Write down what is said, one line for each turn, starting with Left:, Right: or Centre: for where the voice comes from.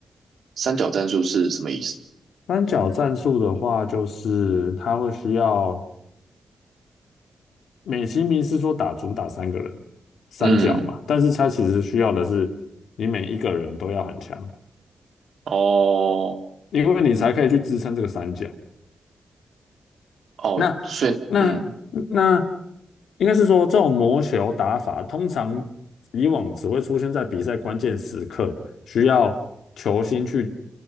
Right: 三角战术是什么意思？
Left: 三角战术的话就是他会需要美其名是说打主打三个人三角嘛，
Right: 嗯，
Left: 但是他其实需要的是你每一个人都要很强。
Right: 哦
Left: 因为你才可以去支撑这个三角。
Right: 哦，
Left: 那那那，
Right: 所以嗯
Left: 应该是说这种魔球打法，通常以往只会出现在比赛关键时刻，需要球星去